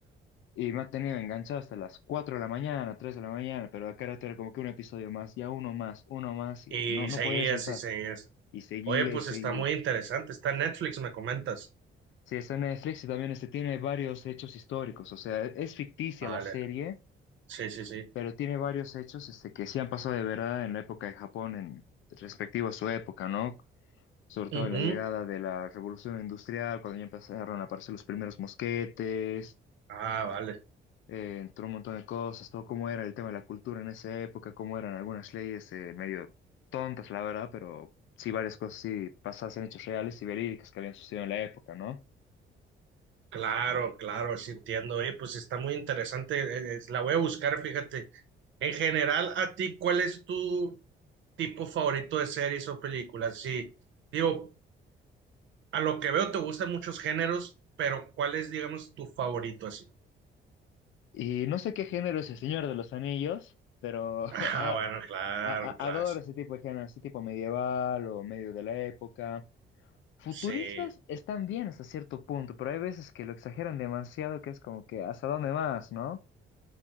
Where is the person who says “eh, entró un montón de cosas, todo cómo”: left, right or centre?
Left